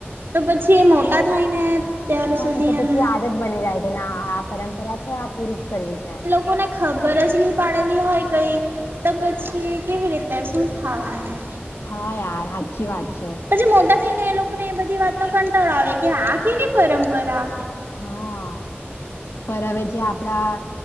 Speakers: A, on the right; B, on the left.
A: તો પછી એ મોટા થાય ને. ત્યાર
B: હા,
A: સુધી
B: તો પછી
A: એમ
B: આદત બની જાય કે, ના આ પરંપરા છે, આ પૂરી જ કરવી છે.
A: કોન. ખબર જ નહી પાડેલી હોય, કઈ તો પછી કેવી રીતે શું થવાનું.
B: હા, યાર સાચી વાત છે.
A: આજે મોટા થઈને, એ લોકોને એ બધી વાત નો કંટાળો આવે કે, આ કેવી પરંપરા.
B: હા, પર હવે જે આપડા.